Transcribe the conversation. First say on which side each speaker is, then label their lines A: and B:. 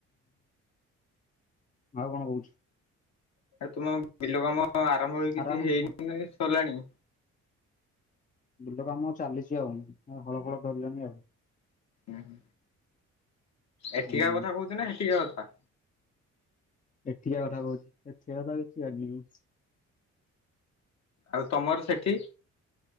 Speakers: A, on the left; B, on the left.
A: ଆଉ କଣ କୋହୁଛୁ?
B: ଆରେ ତୁମ ବିଲ କାମ ଆରମ୍ଭ ହୋଇ କିଛି
A: ଆରେ ଆମର
B: ହେଇଚିନାବେ ସରିଲାଣି?
A: ବିଲ କାମ ଚାଲିଛି ଆଉ ହଁ ହଳ ଫଳ ସରିଲାଣି ଆଉ।
B: ଉଁ ହୁଁ। ଏଠିକା
A: ହୁଁ
B: କଥା କୋଉଚୂନା ସେଠିକା କଥା?
A: ଏଠିକା କଥା କୋହୁଛି ହେଠିଆ କଥା କିଛି ଜାଣିନି ମୁଁ।
B: ଆଉ ତମର ସେଠି?